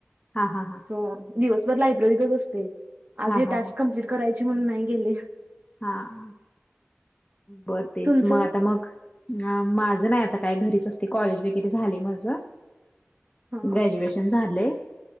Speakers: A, on the left; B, on the right.
A: हा हा हा.
B: सो दिवसभर लायब्ररीतच असते. आज
A: हा
B: हे
A: हा
B: टास्क कंप्लीट करायचे म्हणून नाही गेले.
A: हा हा बर तेच
B: तुमचं
A: मग आता मग माझ नाही आता काय घरीच असते कॉलेज वगैरे झालय माझ ग्रॅज्युएशन
B: हा हा
A: झालंय